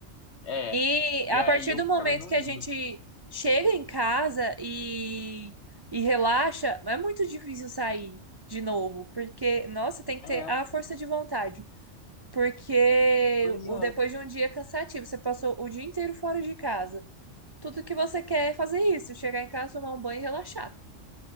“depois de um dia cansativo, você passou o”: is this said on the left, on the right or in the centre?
Right